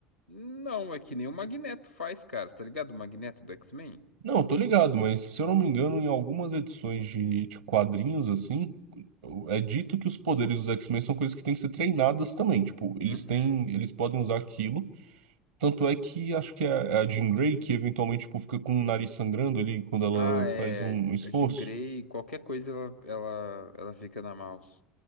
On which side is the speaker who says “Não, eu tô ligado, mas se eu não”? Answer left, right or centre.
Right